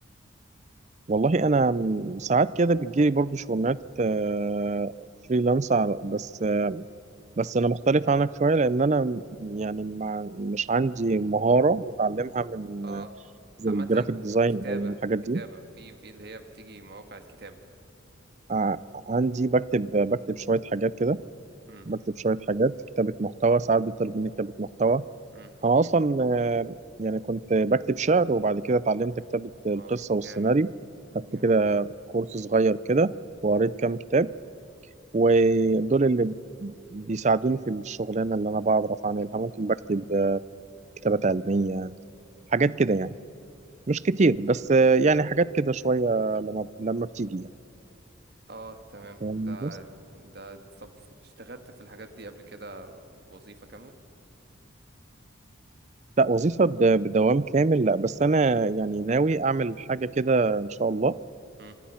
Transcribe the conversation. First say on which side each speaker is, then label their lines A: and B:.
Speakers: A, on the right; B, on the right.
A: والله انا م- ساعات كده بتجيلي برضو شغلانات آه، فريلانس على- بس بس انا مختلف عنك شويه لان انا م- يعني مع مش عندي مهاره متعلمها من
B: اه
A: آه، زي
B: عامة
A: الجرافيك ديزاين
B: كتابة
A: او الحاجات دي
B: كتابة في في اللي هي بتيجي مواقع الكتابة
A: ع- عندي بكتب بكتب شوية حاجات كده
B: امم
A: بكتب شوية حاجات كتابة محتوى ساعات بيطلب مني كتابة محتوى
B: امم
A: أنا أصلا آه، يعني كنت بكتب شعر وبعد كده اتعلمت كتابة القصة
B: واو
A: والسيناريو
B: جامد
A: خدت
B: جامد
A: كده كورس صغير كده وقريت كام كتاب ودول اللي بيساعدوني في الشغلانة اللي أنا بعرف أعملها ممكن بكتب آه، كتابات علمية حاجات كده يعني مش كتير بس آه، يعني حاجات كده شوية لما لما بتيجي
B: اه تمام
A: يعني
B: ده ده طب اشتغلت في الحاجات دي قبل كده وظيفة كاملة
A: لا وظيفة ب- بدوام كامل لا بس أنا يعني ناوي أعمل حاجة كده إن شاء الله
B: امم